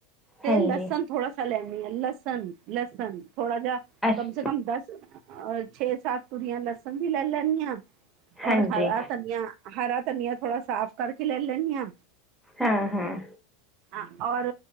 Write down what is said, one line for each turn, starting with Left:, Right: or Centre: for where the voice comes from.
Right: ਤੇ
Centre: ਹਾਂਜੀ
Right: ਲਸਣ ਥੋੜਾ ਲੈਣੀ ਆ, ਲਸਨ-ਲਸਨ ਥੋੜਾ ਜਿਹਾ,
Centre: ਅੱਛ
Right: ਕਮ ਸੇ ਕਮ ਦਸ ਅ ਛੇ-ਸੱਤ, ਤੂਰੀਆਂ ਲਸਣ ਵੀ ਲੈ ਲੈਣੀਆ
Centre: ਹਾਂਜੀ
Right: ਔਰ ਹਰਾ ਧਨੀਆ, ਹਰਾ ਧਨੀਆ ਥੋੜਾ ਸਾਫ ਕਰਕੇ ਲੈ ਲੈਣੀਆਂ।
Centre: ਹਾਂ ਹਾਂ
Right: ਹਾਂ, ਔਰ